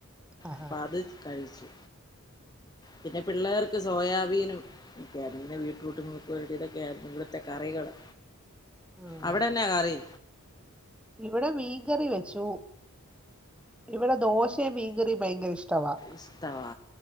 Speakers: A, in the centre; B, on the left.
A: ആഹാ
B: അപ്പ അത് കഴിച്ചു പിന്നെ പിള്ളേർക്ക് സോയാബീനും ക്കെയായ്രുന്നു പിന്നെ ബീറ്റ്റൂട്ട് മെഴുക് പുരട്ടി ഇതൊക്കെ ആയിരുന്ന് ഇവ്ട്ത്തെ കറികള്
A: ആണോ
B: അവിടെ എന്നാ കറി
A: ഇവിടെ മീങ്കറി വെച്ചു ഇവിടെ ദോശയും മീൻകറിയും ഭയങ്കര ഇഷ്ടവാ
B: ഇഷ്ടവാ